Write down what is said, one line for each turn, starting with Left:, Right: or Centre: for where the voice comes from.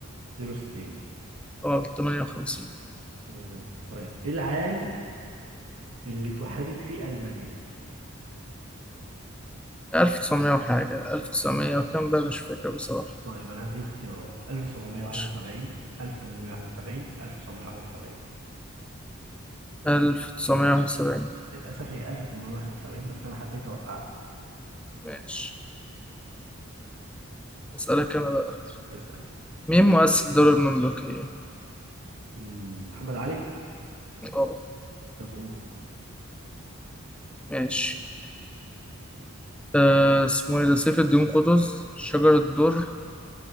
Right: 62
Centre: غلط 58
Right: مم. طيب ايه العام اللي اتوحدت فيه المانيا
Centre: 1900 وحاجة 1900 وكام بقى مش فاكر بصراحة
Right: طيب انا هديك اختيارات 1771
Centre: ماشي
Right: 1871 1971
Centre: 1971
Right: للاسف هي 1871 بس انا حبيت اوقعك
Centre: ماشي أسألك أنا بقى
Right: اسال
Centre: مين مؤسس الدولة المملوكية؟
Right: مم، محمد علي
Centre: طبعا
Right: طب قول
Centre: ماشي أه اسمه إيه ده سيف الدين قطز شجرة الدر